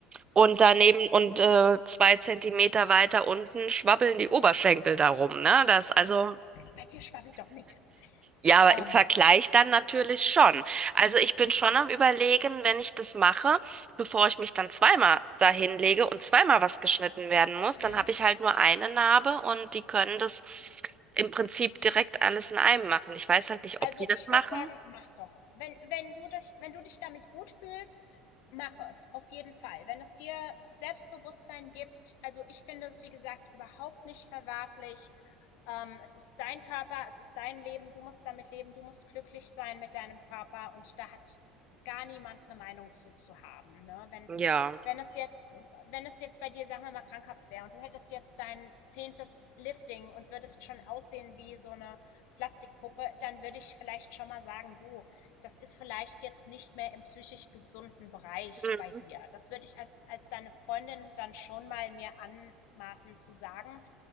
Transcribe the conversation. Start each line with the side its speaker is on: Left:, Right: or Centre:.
Right: und daneben und äh, zwei Zentimeter weiter unten schwabbeln die Oberschenkel darum, ne? Das, also.
Left: Bei dir schwabbelt doch nix.
Right: Ja, aber
Left: Ähm,
Right: im Vergleich dann natürlich schon. Also ich bin schon
Left: ja.
Right: am Überlegen, wenn ich das mache, bevor ich mich dann zweimal dahin lege und zweimal was geschnitten werden muss,
Left: Mhm.
Right: dann habe ich halt nur eine Narbe und die können das im Prinzip direkt alles in einem machen. Ich weiß halt nicht,
Left: Also,
Right: ob die das
Left: ich
Right: machen.
Left: würde sagen, mach doch. Wenn, wenn du dich, wenn du dich damit gut fühlst, mach es. Auf jeden Fall. Wenn es dir Selbstbewusstsein gibt, also ich finde es, wie gesagt, überhaupt nicht verwerflich. Ähm, es ist dein Körper, es ist dein Leben, du musst damit leben, du musst glücklich sein mit deinem Körper und da hat gar niemand eine Meinung zu, zu haben. Ne? Wenn,
Right: Ja.
Left: wenn es jetzt, wenn es jetzt bei dir, sagen wir mal, krankhaft wäre und du hättest jetzt dein zehntes Lifting und würdest schon aussehen wie so eine Plastikpuppe, dann würde ich vielleicht schon mal sagen, du, das ist vielleicht jetzt nicht mehr im psychisch gesunden Bereich
Right: Hm.
Left: bei dir. Das würde ich als, als deine Freundin dann schon mal mir anmaßen zu sagen.